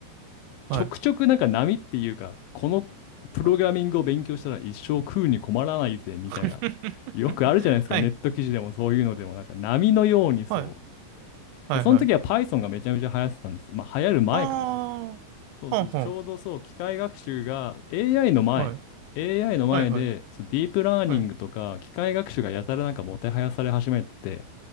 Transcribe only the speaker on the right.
はい。
は
い。<laughs>
はい。
はい。はいはい。
あ
あ、はんはん。
はい。
はい、はい、
はい。う